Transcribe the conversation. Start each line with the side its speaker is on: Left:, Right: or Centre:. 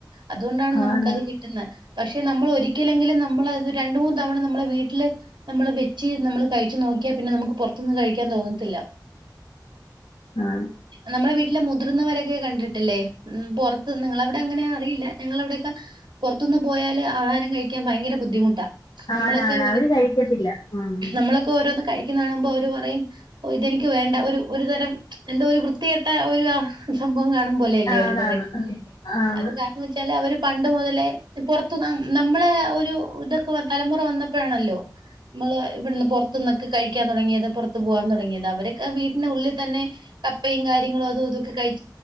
Right: അതുകൊണ്ടാണ് നമുക്കത്
Left: ആണ്
Right: കിട്ടുന്ന. പക്ഷെ നമ്മള് ഒരിക്കലെങ്കിലും നമ്മള് അത് രണ്ട് മൂന്ന് തവണ നമ്മളെ വീട്ടില് നമ്മള് വെച്ച് നമ്മള് കഴിച്ചു നോക്കി. ക്കിയ നമുക്ക് പുറത്തന്ന് കഴിക്കാൻ തോന്നത്തില്ല
Left: ആണ്
Right: നമ്മടെ വീട്ടിൽ ഇല്ല മുതിർന്നവരൊക്കെ കണ്ടിട്ടല്ലേ ഉം പുറത്ത് നിങ്ങളവിടെ അങ്ങനെ അറിയില്ല ഞങ്ങളവിടെക്ക പുറത്തുന്നന്ന് പോയാല് ആഹാരം കഴിക്കാൻ ഭയങ്കര ബുദ്ധിമുട്ടാ നമ്മളൊക്കെ
Left: ആണാണ്
Right: ഒരു
Left: അവര് കഴിക്കത്തില്ല ഉം
Right: നമ്മളൊക്കെ ഓരോന്നൊക്കെ കഴിക്കുന്ന കാണുമ്പോ അവര് പറയും ഇതെനിക്ക് വേണ്ട ഒരു ഒരു തരം എന്തോ ഒരു വൃത്തിയെട്ട ഒരു സംഭവം കാണും പോലെല്ലേ അവര്
Left: ആണാണ്
Right: പറയുന്നേ.
Left: ആന്ന്
Right: അത് കാരണം വെച്ചാല് അവര് പണ്ട് മുതൽ ലെ പുറത്തുന്ന് നമ്മളെ ഒരു ഇതൊക്കെ തലമുറ വന്നപ്പോഴാണല്ലോ നമ്മള് ഇവിടെന്ന് പൊറത്തുന്നൊക്കെ കഴിക്കാൻ തുടങ്ങിയത് പുറത്തത്ത് പോകാൻ തുടങ്ങിയത് അവരെ വീട്ടന്റെ ഉള്ളിൽ തന്നെ കപ്പയും കാര്യങ്ങളും അതും ഇതൊക്കെ കഴി